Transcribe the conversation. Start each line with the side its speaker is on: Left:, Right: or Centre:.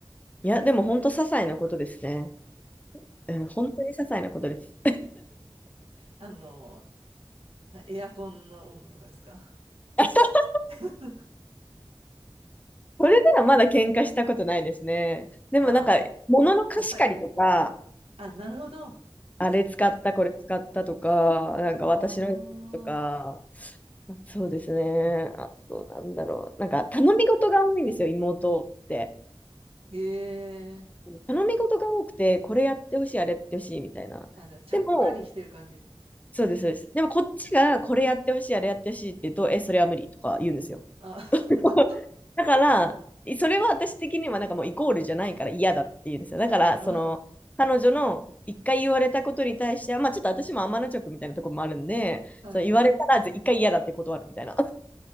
Left: いや、でも本当些細なことですね。
Right: はあ、
Left: うん、本当に些細なことです。
Right: あの、なエアコンの温度とかですか
Left: <laughs>
Right: <laughs>
Left: それではまだ喧嘩したことないですね。でもなんか、
Right: あ
Left: 物の貸し借りとか、
Right: あ、支えすぎて。あ、なるほど。
Left: あれ使った、
Right: そっか。
Left: これ使ったとか、なんか私のとか、
Right: ああ、
Left: そうですね。あと、なんだろう。なんか、頼み事が多いんですよ、妹って。
Right: へえ。
Left: 頼み事が多くて、これやってほしい、あれやってほしい、みたいな。
Right: あ、じゃあ、ちゃっかりしてる感じで。
Left: でも、そうです、そうです。でも、こっちが、これやってほしい、あれやってほしいって言うと、え、それは無理とか言うんですよ。
Right: あ、<laughs>
Left: <laughs> だから、それは私的にはなんかもうイコールじゃないから嫌だっていうんですよ。だから、その、
Right: うん
Left: 彼女の一回言われたことに対しては、まあちょっと私も天の直みたいなところもあるんで、
Right: はい。
Left: その言われたらぜ一回嫌だって断るみたいな。